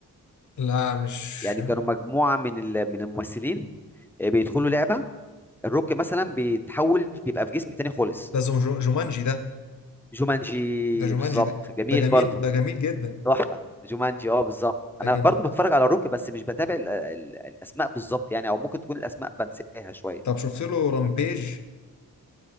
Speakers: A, on the left; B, in the centre.
A: لا مش
B: يعني كانوا مجموعه من ال- من الممثلين آه، بيدخلوا لعبه الروك مثلا بيتحول بيبقى في جسم تاني خالص
A: ده زو- جو- جومانجي ده
B: جومانجي
A: ده جومانجي
B: بالظبط
A: ده
B: جميل
A: ده جميل
B: برضه
A: ده جميل جدا
B: تحفه جومانجي اه بالظبط
A: ده
B: انا
A: جميل
B: برضه بتفرج على الروك بس مش بتابع ال- ال- الاسماء بالظبط يعني او ممكن تكون الاسماء بنساها شويه
A: طب شفت له رامبيج